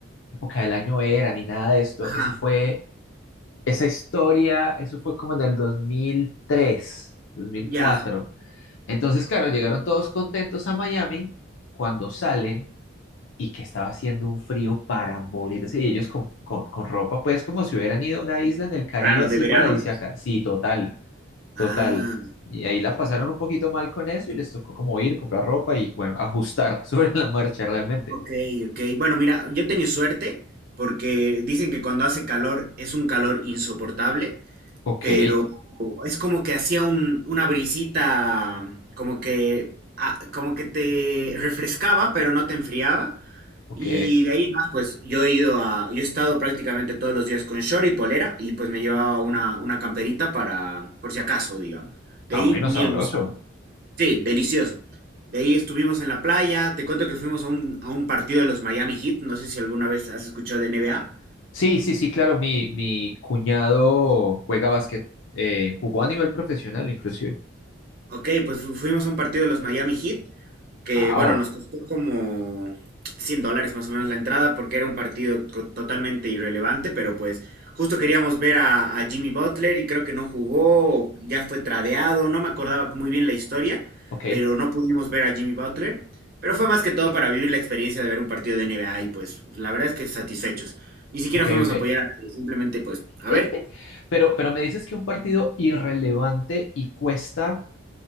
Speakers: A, on the left (about 75°); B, on the right (about 50°).
A: época del año era ni nada de esto.
B: ajá.
A: Eso fue, esa historia, eso fue como en el dos dos mil tres dos mil
B: Ya,
A: cuatro Entonces, claro, llegaron todos contentos a Miami cuando salen y que estaba haciendo un frío para morirse. Y ellos con, con, con ropa, pues como si hubieran ido a una isla en el Caribe
B: claro,
A: así
B: de verano
A: paradisíaca.
B: pues.
A: Sí, total, total.
B: Ah.
A: Y ahí la pasaron un poquito mal con eso y les tocó como ir, comprar ropa y bueno, ajustar <laughs> sobre la marcha realmente.
B: Ok, ok. Bueno, mira, yo he tenido suerte porque dicen que cuando hace calor es un calor insoportable,
A: Ok,
B: pero es como que hacía un, una brisita, como que, ah, como que te refrescaba, pero no te enfriaba.
A: ok.
B: Y de ahí en más, pues yo he ido a, yo he estado prácticamente todos los días con short y polera y pues me llevaba una, una camperita para, por si acaso, digamos. De
A: Ah,
B: ahí
A: bueno,
B: ni
A: sabroso.
B: la usaba. Sí, delicioso. De ahí estuvimos en la playa. Te cuento que fuimos a un, a un partido de los Miami Heat. No sé si alguna vez has escuchado de NBA.
A: Sí, sí, sí, claro, mi, mi cuñado juega básquet, eh, jugó a nivel profesional inclusive.
B: Ok, pues fu- fuimos a un partido de los Miami Heat, que
A: Ah,
B: bueno,
A: oh,
B: nos costó como 100 dólares más o menos la entrada porque era un partido co- totalmente irrelevante, pero pues justo queríamos ver a, a Jimmy Butler y creo que no jugó, o ya fue tradeado, no me acordaba muy bien la historia,
A: ok,
B: pero no pudimos ver a Jimmy Butler, pero fue más que todo para vivir la experiencia de ver un partido de NBA y pues la verdad es que satisfechos. Ni siquiera
A: ok,
B: fuimos
A: ok.
B: a apoyar a nadie, simplemente pues a
A: <laughs>
B: ver,
A: Pero, pero me dices que un partido irrelevante y cuesta